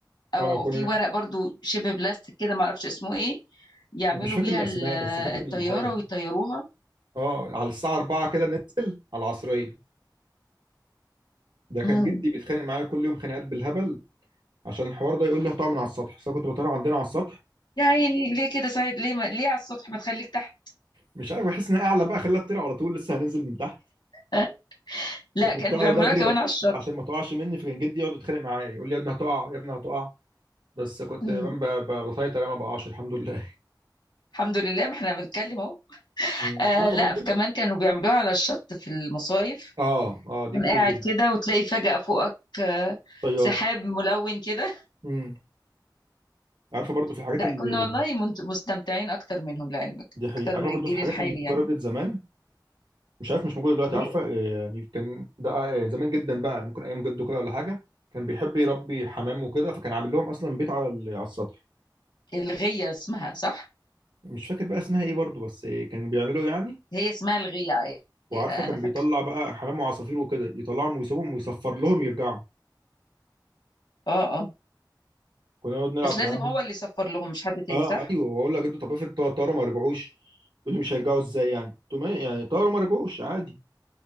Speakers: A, on the left (about 75°); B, on the right (about 70°).
A: او
B: اه كنا
A: في ورق برضو شبه بلاستيك كده معرفش اسمه ايه يعملوا
B: مش فاكر
A: بيها
B: الاسماء
A: ال-
B: بس فاكر
A: الطياره
B: الحاجه
A: ويطيروها
B: اه على الساعه 4 كده ننزل على العصريه ده كان
A: امم
B: جدي بيتخانق معايا كل يوم خناقات بالهبل عشان الحوار ده يقول لي هتقع من على السطح بس أنا كنت بطير عندنا على السطح
A: يعني يعني ليه كده صحيح ليه ما... ليه على السطح ما تخليك تحت
B: مش عارف بحس ان أنا اعلى بقى خلاها تطير على طول لسه هننزل من تحت
A: آه. لا
B: وكنت
A: كانوا
B: اقعد
A: بيعملوها
B: اجري
A: كمان على الشط
B: عشان ما تقعش مني فكان جدي يقعد يتخانق معايا يقول لي يا ابني هتقع يا ابني هتقع بس كنت
A: مم.
B: ب- ب- بسيطر يعني ما بقعش الحمد لله
A: الحمد لله ما احنا بنتكلم اهو
B: <laughs> أمم.
A: آه
B: عارفه
A: لا
B: برضو
A: كمان كانوا بيعملوها على الشط في المصايف
B: اه اه
A: تكون
B: دي كتير
A: قاعد
B: جدا
A: كده وتلاقي فجأة فوقك آه
B: طيار
A: سحاب ملون كده
B: امم عارفه برضو
A: <laughs>
B: في الحاجات
A: لا
B: اللي
A: كنا والله منت- مستمتعين اكتر منهم لعلمك
B: دي حقيقة
A: اكتر
B: عارفه
A: من
B: برضو
A: الجيل
B: في الحاجات
A: الحالي
B: اللي اتجربت
A: يعني
B: زمان مش عارف مش موجود دلوقتي
A: ايه
B: عارفه آه، يعني كان ده آه، زمان جدا بقى ممكن ايام جده كده ولا حاجه كان بيحب يربي حمام وكده فكان عامل لهم اصلا بيت على ال- على السطح
A: الغية اسمها صح
B: مش فاكر بقى اسمها ايه برضو بس آه، كانوا بيعملوا يعني
A: هي اسمها الغية
B: وعارفه
A: آه،
B: كان
A: انا فاكرة
B: بيطلع بقى حمام وعصافير وكده يطلعهم ويسيبهم ويصفر لهم يرجعوا
A: اه اه
B: كنا نقعد نلعب
A: بس لازم
B: معاهم
A: هو اللي يصفر لهم مش حد تاني
B: اه
A: صح
B: ايوه واقول له يا جدو طب افرض طار- طاروا ما رجعوش يقول لي مش هيرجعوا ازاي يعني قلت له ما- يعني طاروا ما رجعوش عادي